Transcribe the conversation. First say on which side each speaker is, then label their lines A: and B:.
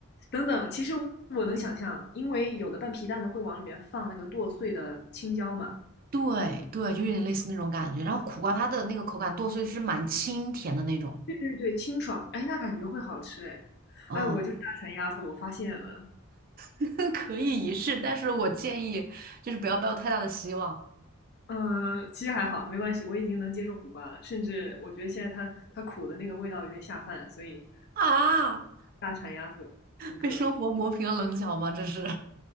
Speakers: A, on the left; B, on the right.
A: 等等，其实我能想象，因为有的拌皮蛋的会往里面放那个剁碎的青椒嘛。
B: 对对，就有点类似那种感觉。然后苦瓜它的那个口感剁碎是蛮清甜的那种，
A: 对对对，清爽，哎，那感觉会好吃哎。
B: 嗯，
A: 哎，我就是大馋丫头，我发现了。
B: <laughs> 可以一试，但是我建议就是不要抱有太大的希望
A: 嗯，其实还好，没关系，我已经能接受苦瓜了，甚至我觉得现在它它苦的那个味道有点下饭，所以
B: 啊！
A: 大馋丫头一个。
B: 被生活磨平了棱角吗？这是，